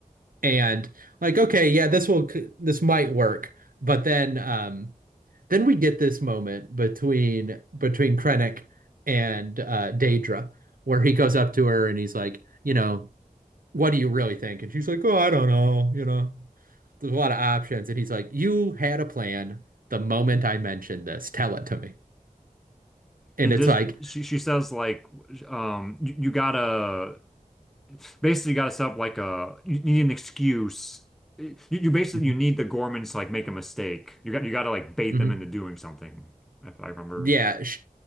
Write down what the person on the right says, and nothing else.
and like okay yeah this will this might work but then um then we get this moment between between Krennic and uh Daedra where he goes up to her and he's like you know what do you really think and she's like oh I don't know you know there's a lot of options and he's like you had a plan the moment I mentioned this tell it to me and
it's
like
mhm,
mhm.
Yeah, sh